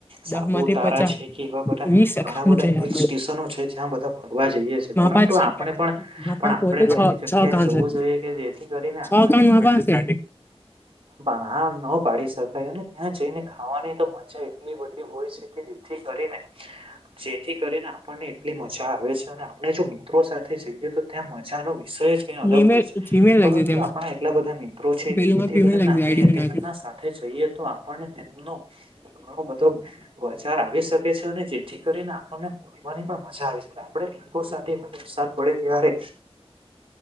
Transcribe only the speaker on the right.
સાપુતારા
છે કે એવા બધા
ઘણા
બધા
હિલ
સ્ટેશનો છે જ્યાં બધા જોવા જઈએ છે
પરંતુ આપણે પણ
પણ આપણે
પણ
એવી જગ્યાએ
જવું
જોઈએ કે જેથી કરીને
આપ.
ના આ ન પાડી શકાય અને ત્યાં જઈને ખાવાની તો મજા. એટ બધી હોય છે કે જેથી કરીને જેથી કરીને આપણને એટલી મજા આવે છે. આપણે જો મિત્રો સાથે જઈએ તો ત્યાં મજાનો વિષય જ ક અલગ
હોય છે
પરંતુ
આપણા એટલા. મિત્રો છે જેથીને
આપણે
સાથે જઈએ તો આપણને તેમનો. ઘ બધો બજાર આવી શકે છે. જેથી કરીને આપણને મળવાની પણ મજા આવી આપડે લોકો સાથે એ વરસાદ પડે ત્યારે.